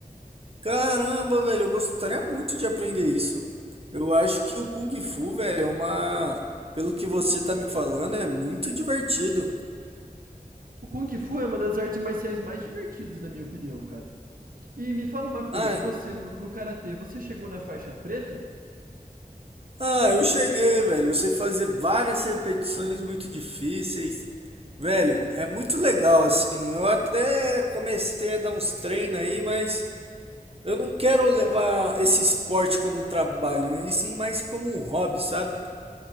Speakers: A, on the right; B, on the right.
A: Caramba, velho, eu gostaria muito de aprender isso. Eu acho que o Kung Fu, velho, é uma. Pelo que você tá me falando, é muito divertido.
B: O Kung Fu é uma das artes marciais mais divertidas, na minha opinião, cara. E me fala uma coisa,
A: Ah,
B: você no, no karatê, você chegou na faixa preta?
A: ah, eu cheguei, velho. Você fazer várias repetições muito difíceis. Velho, é muito legal, assim. Eu até comecei a dar uns treinos aí, mas eu não quero levar esse esporte como um trabalho, e sim mais como um hobby, sabe?